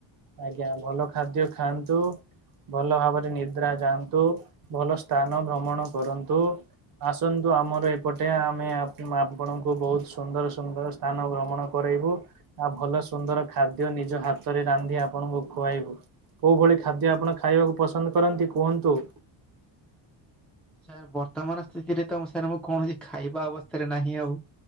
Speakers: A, on the right; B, in the centre.
A: ଆଜ୍ଞା ଭଲ ଖାଦ୍ୟ ଖାଆନ୍ତୁ। ଭଲ ଭାବରେ ନିଦ୍ରା ଯାଆନ୍ତୁ, ଭଲ ସ୍ଥାନ ଭ୍ରମଣ କରନ୍ତୁ। ଆସନ୍ତୁ ଆମର ଏପଟେ ଆମେ ଆପଣଙ୍କୁ ବହୁତ ସୁନ୍ଦର ସୁନ୍ଦର ସ୍ଥାନ ଭ୍ରମଣ କରାଇବୁ। ଆଉ ଭଲ ସୁନ୍ଦର ଖାଦ୍ୟ ନିଜ ହାତରେ ରାନ୍ଧି ଆପଣଙ୍କୁ ଖୁଆଇବୁ। କୋଉ ଭଳି ଖାଦ୍ୟ ଆପଣ ଖାଇବାକୁ ପସନ୍ଦ କରନ୍ତି କୁହନ୍ତୁ?
B: ସାର୍ ବର୍ତ୍ତମାନ ସ୍ଥିତିରେ ତ ସାର୍ ମୁଁ କୌଣସି ଖାଇବା ଅବସ୍ଥାରେ ନାହିଁ ଆଉ